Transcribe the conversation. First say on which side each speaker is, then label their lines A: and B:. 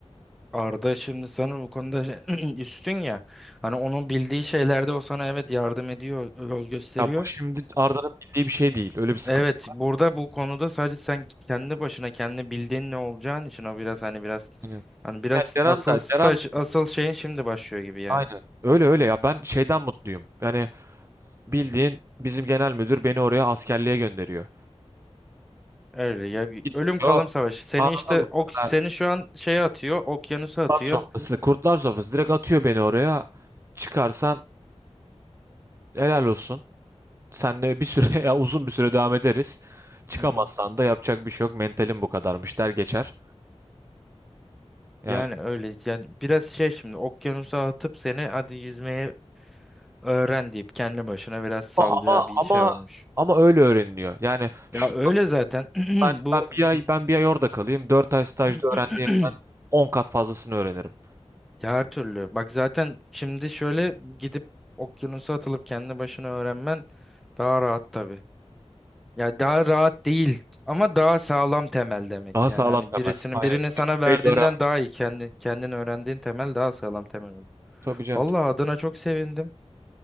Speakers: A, in the centre; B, on the right.
A: Arda şimdi sana bu konuda <clears throat> üstün ya. Hani onun bildiği şeylerde o sana evet yardım ediyor, yol gösteriyor.
B: Ya bu şimdi Arda'nın bildiği bir şey değil. Öyle bir sıkıntı.
A: Evet, burada bu konuda sadece sen kendi başına kendi bildiğin ne olacağın için o biraz hani biraz
B: Aynen.
A: hani biraz
B: Ya Ceren
A: asıl
B: de,
A: staj
B: Ceren de-
A: asıl şeyin şimdi başlıyor gibi yani.
B: aynen. Öyle öyle ya ben şeyden mutluyum. Yani bildiğin bizim genel müdür beni oraya askerliğe gönderiyor.
A: Öyle ya bir
B: Gidiyor
A: ölüm kalım savaşı. Seni
B: anladın
A: işte
B: mı?
A: ok
B: Ha,
A: seni şu an şeye atıyor, okyanusa atıyor.
B: Kurtlar sofrası, kurtlar sofrası direkt atıyor beni oraya. Çıkarsan helal olsun. Senle bir süre <laughs> ya uzun bir süre devam ederiz. Çıkamazsan
A: Hı hı.
B: da yapacak bir şey yok. Mentalim bu kadarmış der geçer. Yani
A: Yani öyle yani biraz şey şimdi okyanusa atıp seni hadi yüzmeye Öğren deyip kendi başına biraz salacağı
B: Ama ama
A: bir
B: ama
A: şey varmış.
B: ama öyle öğreniliyor. Yani şu
A: Ya öyle zaten <clears throat>
B: ben
A: bu
B: ben bir ay ben bir ay orada kalayım. dört ay stajda
A: <clears throat>
B: öğrendiğimden 10 kat fazlasını öğrenirim.
A: ya her türlü. Bak zaten şimdi şöyle gidip okyanusa atılıp kendi başına öğrenmen daha rahat tabii. Ya daha rahat değil ama daha sağlam temel demek.
B: Daha
A: Yani
B: sağlam
A: hani
B: temel.
A: birisinin
B: Aynen.
A: birinin sana
B: Tecrübeyle
A: verdiğinden
B: öğrenmek.
A: daha iyi kendin kendin öğrendiğin temel daha sağlam temel olur.
B: Tabii canım.
A: Vallahi adına çok sevindim.